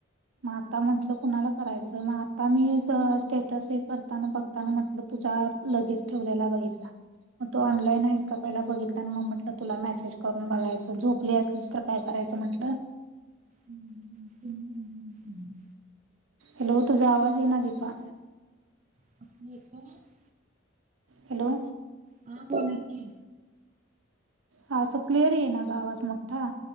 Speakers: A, on the right (about 75°); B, on the right (about 35°).
A: मग आता म्हंटलं कुणाला करायचं मग आता मी स्टेटस हे करताना बघ ता म्हटलं तुझा लगेज ठेवलेला बघितला मग तू ऑनलाईन आहेस का पहिला बघितला आणि मग म्हटलं तुला मेसेज करून बघायचं झोपली असलीस तर काय करायचं म्हटलं
B: हम् तम
A: हॅलो तुझा आवाज येे ना दिपा
B: <unintelligible>
A: हॅलो
B: हा बोला कि
A: हा असं क्लिअर ये ना गा आवाज मोठा